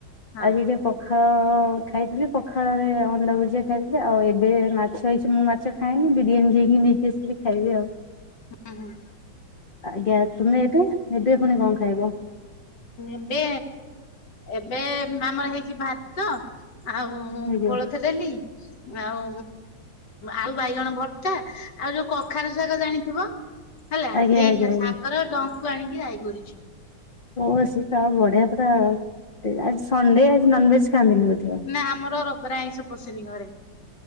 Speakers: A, on the left; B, on the left.
A: ହଁ
B: ଆଜି ଟେ ପଖାଳ ଖାଇଥିଲି ପଖାଳ ରେ ଅଣ୍ଡା ଭୁଜିଆ ଖାଇଥିଲି ଆଉ ଏବେ ମାଛ ହେଇଛି ମୁଁ ମା ଛ ଖାଏନି ବିରିଆନୀ ଯାଇକି ନେଇକି ଆସିଲି ଖାଇବି ଆଉ।
A: ହୁଁ ହୁଁ।
B: ଆଜ୍ଞା ତୁମେ ଏବେ ଏବେ ପୁଣି କଣ ଖାଇବ?
A: ଏବେ ଏବେ ଆମର ହେଇଛି ଭାତ ଆଉ
B: ଆଜ୍ଞା
A: କୋଳଥ ଡାଲି ଆଉ ଆଳୁ ବାଇଗଣ ଭର୍ତ୍ତା ଆଉ ଯୋଉ କଖାରୁ ଶାଗ ଜାଣିଥିବ? ହେଲା
B: ଆଜ୍ଞା
A: ସେଇ
B: ଆଜ୍ଞା ଆଜ୍ଞା।
A: ଶାଗର ଡଙ୍କୁ ଆଣିକି ରାଇ କରିଛୁ।
B: ଓ ହୋ ସେ ତ ଆଉ ବଢିଆ ପୁରା ଆ ସଣ୍ଡେ ଆଜି ନନଭେଜ ଖାଆନ୍ତିନି ବୋଧେ?
A: ନା ଆମର ରବାର ଆଇଁଷ ପଶେନି ଘରେ।